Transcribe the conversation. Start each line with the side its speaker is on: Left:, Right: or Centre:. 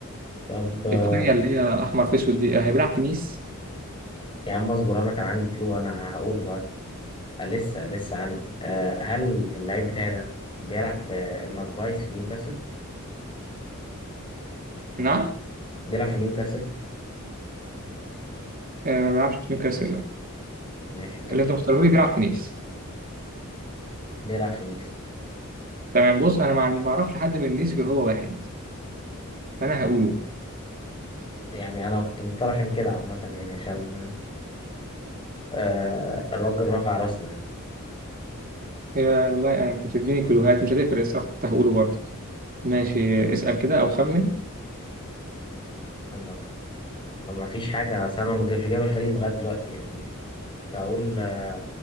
Left: طب آه،
Right: الثانية اللي هي أحمر في أسود دي آه، هيبيلعب في نيس
Left: يا عم اصبر انا كان عندي كلو انا هقوله بقى آه، لسه لسه عندي أه هل اللعيب بتاعي ده بيلعب في الماكبايز في نيوكاسل؟
Right: نعم
Left: بيلعب في نيوكاسل
Right: آه، ما بيلعبش في نيوكاسل لا.
Left: ماشي انت بت-
Right: اللي أنت مختاره لي بيلعب في نيس
Left: بيلعب في نيس
Right: تمام بص أنا ما ما أعرفش حد من نيس غير هو واحد أنا هقوله
Left: يعني انا كنت مختار عشان كده عامة يعني عشان آه الراجل رفع راسنا يعني
Right: يا والله يعني كنت بتديني كلوهات مش هتفرق الصراحة كنت هقوله برضه ماشي اسأل كده أو خمن
Left: ما ما فيش حاجة أصل أنا ما جابش جاب الفريق لغاية دلوقتي يعني كنت أقول آه،